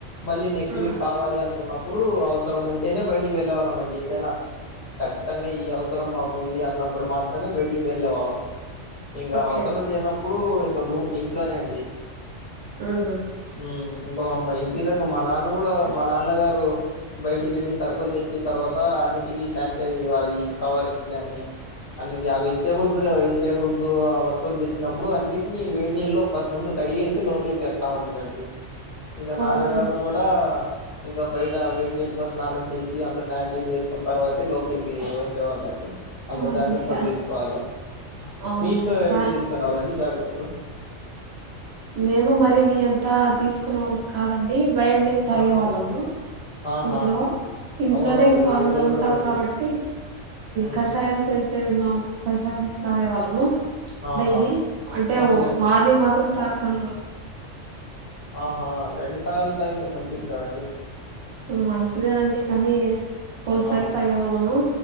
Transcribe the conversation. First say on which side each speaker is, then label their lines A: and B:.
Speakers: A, on the left; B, on the right.
A: మళ్ళీ నెక్స్ట్
B: హ్మ్.
A: వీక్ కావాలి అనుకున్న ప్పుడు అవసరం ఉంటేనే బయటికి వెళ్ళవాళ్ళం అండి ఏదైనా, ఖచ్చితంగా ఈ అవసరం మాకుంది అన్నప్పుడు మాత్రమే బయటి వెళ్ళే వాళ్ళం ఇంకా అవసరం
B: ఓకే.
A: లేనప్పుడు ఇప్పుడు ఇంక ఇంట్లోనే అండి
B: ఆహా
A: మ్ ఇంకా మామ్ ఇంటి దగ్గర మా నాన్న కూడా మా నాన్నగారు, బయటికి వెళ్ళి సర్కుల్ తెచ్చిన తర్వాత అన్నిటికిీ శానిటైజర్ అయి కవర్ గాని అన్నిటి ఆ వెజిటేబుల్స్ గా వెజిటబుల్స్ ఆ వస్తువులు తెచ్చినప్పుడు అన్నిటిని వేడి నీళ్ల్లో ముందు కడిగేసి లోపలికి తెస్తా అ వండి వండి ఇంకా
B: అవును.
A: నాన్నగారు కూడా ఇంకా బయట వేడి నీళ్ళతో స్నానం చేసి, అంత శానిటైజ్ చేసుకున్న తర్వాతే లోపలికి వచ్చేవాళ్ళండి అంత
B: అవును
A: జాగ్రత్తలు
B: స
A: తీసుకోవాళ్ళం,
B: అవునండి.
A: మీ ఇంట్లో
B: స
A: ఎట్ల తీసుకుని వాళ్ళండి జాగ్రత్ అ
B: మేము మరి మీ అంతా తీసుకునే వాళ్ళం కాదండి వయ నీళ్ళు తాగే
A: ఆ
B: వాళ్ళము
A: ఆహా
B: ఇంట్లో, ఇంట్లోనే
A: అవును అవునులే
B: ఇంకా
A: వేడి
B: అంద
A: నీళ్ళు
B: ఉంటాము
A: కూడా మంచిది
B: కాబట్టి
A: హ్మ్
B: కషాయం చేసేది మా అమ్మ కషాయం తాగే వాళ్ళము
A: ఆహా
B: డైలీ అంటే
A: అవునులేండి
B: మార్నింగ్ మాత్రం త
A: ఆహా రెండుసార్లు టైప్ తే మంచిది కదండి
B: హ్మ్ మంచిదేనండి. కానీ ఓసారే
A: ఆ
B: తాగేవాళ్ళము